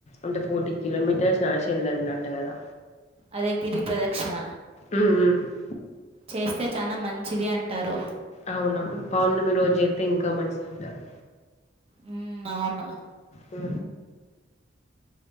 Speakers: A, on the left; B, on the right.
A: అంటే ఫోర్టీ కిలోమీటర్స్ నడిశి ఎళ్ళాళ్ అంట గదా
B: అదే గిరి ప్రదక్షణ
A: ఉమ్ ఉ
B: చేస్తే చానా మంచిది అంటారు
A: అవున పౌర్ణమి రోజైతే ఇంకా మంచిదంటారు
B: ఉమ్ అవును
A: ఉ